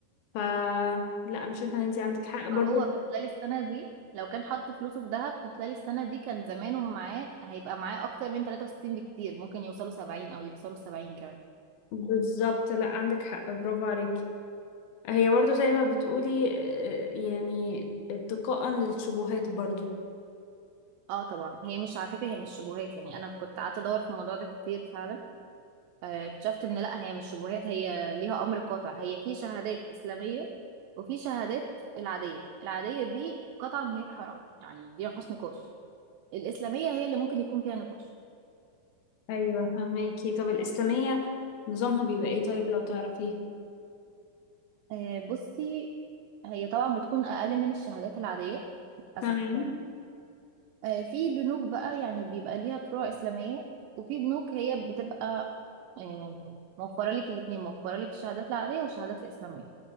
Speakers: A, on the left; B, on the right.
A: ف لا انا شايفه ان انت عندك حق برضو
B: هو في خلال السنة دي لو كان حط فلوسه في ذهب في خلال السنة دي كان زمانه معاه هيبقى معاه أكتر من 63 بكتير ممكن يوصلوا 70 أو يوصلوا 70 كمان
A: بالظبط لا عندك حق برافو عليكي هي برضو زي ما بتقولي آه، يعني اتقاء للشبهات برضو
B: اه طبعا هي مش على فكرة هي مش شبهات يعني أنا كنت قعدت أدور في الموضوع ده كتير فعلا آه، اكتشفت إن لأ هي مش شبهات هي ليها أمر قاطع هي في شهادات إسلامية وفي شهادات العادية العادية دي قطعا هي حرام يعني دي ما فيهاش نقاش الإسلامية هي اللي ممكن يكون فيها نقاش
A: ايوه فهماكي طب الاسلاميه نظامها بيبقى ايه طيب لو تعرفيه
B: آه، بصي هي طبعا بتكون أقل من الشهادات العادية للأسف
A: تمام
B: يعني آه، في بنوك بقى يعني بيبقى ليها فروع إسلامية وفي بنوك هي بتبقى آم، موفرة لك الاتنين موفرة لك الشهادات العادية والشهادات الإسلامية